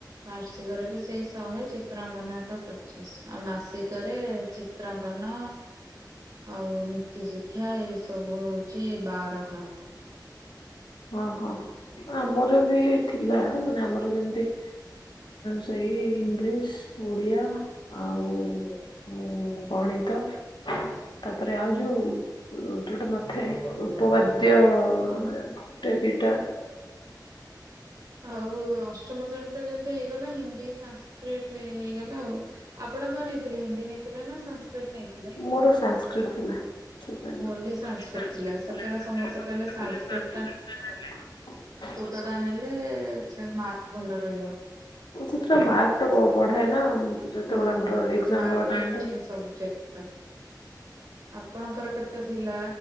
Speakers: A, on the right; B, on the left.
A: ବାର୍ଷିକରେ ବି ସେଇ ଶହେ ଚିତ୍ରାଙ୍ଗନ ଏକା ପଚାଶ ଆଉ ମାସିକରେ ଚିତ୍ରାଙ୍କନ ଆଉ ନୀତି ଶିକ୍ଷା ଏ ସବୁ ହଉଛି ବାର ହାତ।
B: ହଁ ହଁ ଆମର ବି ଥିଲା ମାନେ ଆମର ଯେମିତି ସେଇ ଇଂଲିଶ ଓଡିଆ ଆଉ ହୁଁ ଗଣିତ ତାପରେ ଆଉ
A: ହୁଁ
B: ଯୋଉ ଯୋଉଟା ନଥାଏ ଉପବାଦ୍ୟ। ତେ ଦିଇଟା <inaudible>
A: ଆଉ ଅଷ୍ଟମ ଶ୍ରେଣୀ ତ ଯେମତି ହେଇଗଲା ହିନ୍ଦୀ ସଂସ୍କୃ ଲେଟ ହେଇଗଲା ଆଉ ଆପଣ କଣ ନେଇଥିଲେ ହିନ୍ଦୀ ନେଇଥିଲେ ନା ସାଂସ୍କ୍ରିଟ? ନେଇଥିଲେ?
B: ମୋର ସାଂସ୍କ୍ରିଟ ଥିଲା। ପର୍ବ ସଂସ୍କୃତି
A: ମୋର ବି ସାଂସ୍କ୍ରିଟ
B: ସତ
A: ଥିଲା ସେତେବେଳେ
B: ସମସ୍ତ
A: ସମସ୍ତେ କହିଲେ ସାଂସ୍କ୍ରିଟ
B: ସଂସ୍କୃତ <inaudible>
A: ପତଡା <inaudible> ନେଲେ ସେ ମାର୍କ ଭଲ ରହିବ।
B: ସେଥିରେ ମାର୍କ ଟା ବଢାଏ ନା। ଯେତେବେଳେ
A: ହୁଁ
B: ଆମର ଏକ୍ଜାମ
A: ମାର୍କ
B: ଦବା ଟାଇମରେ
A: ଫିକ୍ସିଂ ସବଜେକ୍ଟ ଟା। ଆପଣଙ୍କର କେତେ ଥିଲା